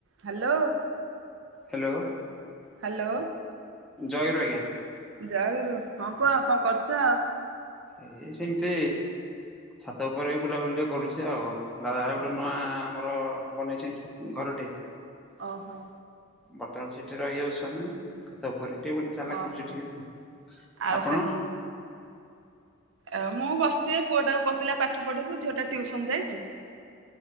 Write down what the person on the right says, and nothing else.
Hello.
Hello.
ଜୟଗୁରୁ, ହଁ ପୁଅ କଣ କରୁଚ?
ଓହୋ।
ଓହୋ।
ଓହୋ
ଆଉ
ଆ ମୁଁ ବସ୍ଚି ଏ ପୁଅଟାକୁ କହୁଥିଲି ଆ ପାଠ ପଢିବୁ, ଝିଅଟା ଟିଉସନ୍ ଯାଇଚି।